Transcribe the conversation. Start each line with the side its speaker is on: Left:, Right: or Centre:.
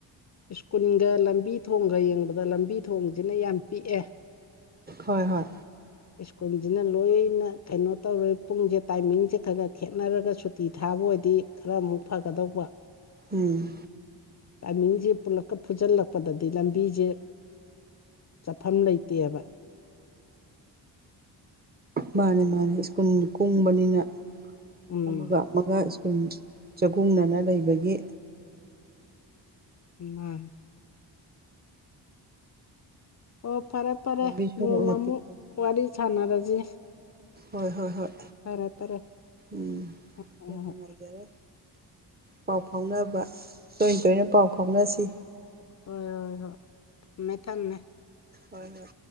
Left: ꯁ꯭ꯀꯨꯜꯒ ꯂꯝꯕꯤ ꯊꯣꯡꯒ ꯌꯦꯡꯕꯗ ꯂꯝꯕꯤ ꯊꯣꯡꯁꯤꯅ ꯌꯥꯝ ꯄꯤꯛꯑꯦ
Right: ꯍꯣꯏ ꯍꯣꯏ
Left: ꯁ꯭ꯀꯨꯜꯁꯤꯅ ꯂꯣꯏꯅ ꯀꯩꯅꯣ ꯇꯧꯔꯦ ꯄꯨꯡꯁꯦ ꯇꯥꯏꯃꯤꯡꯁꯦ ꯈꯔ ꯈꯔ ꯈꯦꯠꯅꯔꯒ ꯁꯨꯇꯤ ꯊꯥꯕ ꯑꯣꯏꯗꯤ ꯈꯔ ꯑꯃꯨꯛ ꯐꯒꯗꯧꯕ
Right: ꯎꯝ
Left: ꯇꯥꯏꯃꯤꯡꯁꯦ ꯄꯨꯂꯛꯀ ꯐꯨꯖꯤꯜꯂꯛꯄꯗꯗꯤ ꯂꯝꯕꯤꯖꯦ ꯆꯠꯐꯝ ꯂꯩꯇꯦꯕ
Right: ꯃꯥꯅꯦ ꯃꯥꯅꯦ ꯁ꯭ꯀꯨꯜ ꯀꯨꯡꯕꯅꯤꯅ
Left: ꯎꯝ
Right: ꯑꯃꯒ ꯑꯃꯒ ꯁ꯭ꯀꯨꯜ ꯆꯒꯨꯡꯅꯅ ꯂꯩꯕꯒꯤ
Left: ꯎꯝ ꯃꯥꯅꯦ ꯑꯣ ꯐꯔꯦ ꯐꯔꯦ
Right: ꯂꯝꯕꯤ ꯁꯣꯔꯣꯛꯅ
Left: ꯅꯣꯡꯃ ꯑꯃꯨꯛ
Right: ꯄꯤꯛꯄꯅꯤꯅ
Left: ꯋꯥꯔꯤ ꯁꯥꯟꯅꯔꯁꯤ
Right: ꯍꯣꯏ ꯍꯣꯏ ꯍꯣꯏ
Left: ꯐꯔꯦ ꯐꯔꯦ
Right: ꯎꯝ
Left: ꯍꯣꯏ
Right: ꯌꯥꯝ ꯅꯨꯡꯉꯥꯏꯖꯔꯦ ꯄꯥꯎ ꯐꯥꯎꯅꯕ ꯇꯣꯏ ꯇꯣꯏꯅ ꯄꯥꯎ ꯐꯥꯎꯅꯁꯤ
Left: ꯍꯣꯏ ꯍꯣꯏ ꯍꯣꯏ ꯊꯝꯃꯦ ꯊꯝꯃꯦ
Right: ꯍꯣꯏ ꯍꯣꯏ